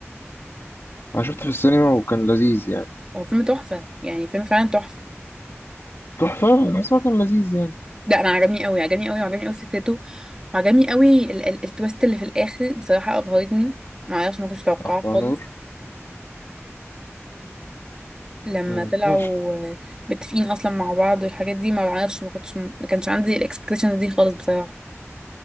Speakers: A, on the left; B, on the right.
A: أنا شفته في السينما وكان لذيذ يعني
B: هو فيلم تحفه يعني فيلم فعلا تحفه
A: تحفة أنا بس هو كان لذيذ يعني
B: لا انا عجبني قوي عجبني قوي وعجبني قوي فكرته وعجبني قوي ال... ال... التويست اللي في الاخر بصراحه ابهرتني ما اعرفش ما كنتش متوقعاه
A: بتاع
B: خالص
A: نور
B: لما
A: مم،
B: طلعوا
A: ماشي
B: آه، متفقين اصلا مع بعض والحاجات دي ما اعرفش ما كنتش ما كانش عندي الاكسبكتيشنز دي خالص بصراحه